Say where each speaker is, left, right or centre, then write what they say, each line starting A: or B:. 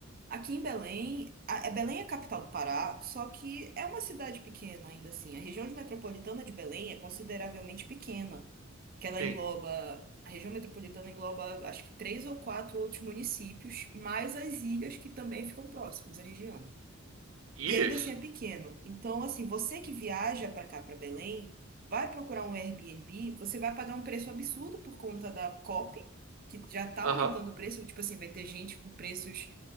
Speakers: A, on the right (about 45°); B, on the right (about 75°).
A: Aqui em Belém, a, é- Belém é a capital do Pará, só que é uma cidade pequena ainda assim. A região de metropolitana de Belém é consideravelmente pequena, que ela
B: sim.
A: engloba, a região metropolitana engloba acho que três ou quatro outros municípios, mais as ilhas que também ficam próximas à região. E
B: Ilhas?
A: ainda assim é pequeno. Então, assim, você que viaja para cá, para Belém, vai procurar um Airbnb, você vai pagar um preço absurdo por conta da COP, que já tá
B: Aham.
A: aumentando o preço, tipo assim, vai ter gente com preços